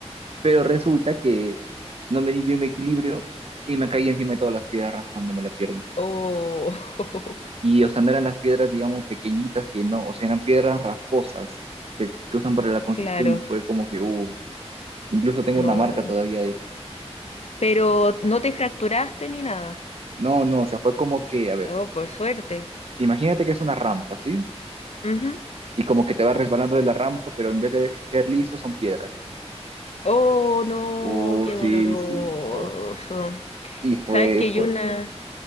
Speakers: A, on the right; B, on the left.
A: Pero resulta que no me di bien mi equilibrio y me caí encima de todas las piedras cuando me la pierdo.
B: Oh, <laughs>
A: Y, o sea, no eran las piedras, digamos, pequeñitas, que no, o sea, eran piedras rasposas que, que usan para la construcción
B: claro,
A: y fue como que, uh, incluso tengo
B: no.
A: una marca todavía de...
B: Pero no te fracturaste ni nada.
A: No, no, o sea, fue como que, a ver.
B: Oh, por suerte.
A: Imagínate que es una rampa, ¿sí?
B: Ujú.
A: Y como que te vas resbalando de la rampa, pero en vez de ser liso son piedras.
B: Oh, no,
A: Uh,
B: qué
A: sí,
B: doloroso.
A: sí, no. Sí, fue,
B: Sabes que yo
A: fue.
B: una,